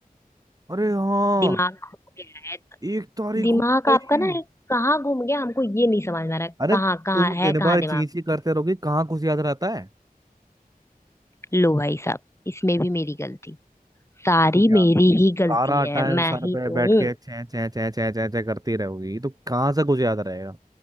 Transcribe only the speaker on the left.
दिमाग खो गया है
दिमाग
आपका ना एक कहाँ घूम गया हमको ये नहीं समझ में आ रहा
कहाँ कहाँ
है
कहाँ
दिमाग
लो भाई साहब इसमें भी मेरी गलती सारी
मेरी ही गलती
है मैं
ही
तो
हूँ